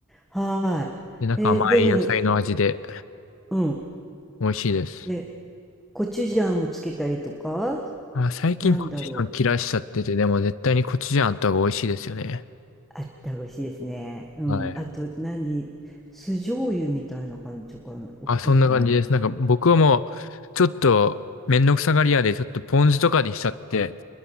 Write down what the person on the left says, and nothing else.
で、なんか甘い野菜の味で
美味しいです。
あ、最近コチュジャン切らしちゃってて、
でも絶対にコチュジャンあった方が美味しいですよね。
はい。あ、そんな感じです。
なんか僕はもう、ちょっとめんどくさがり屋で、ちょっとポン酢とかにしちゃって、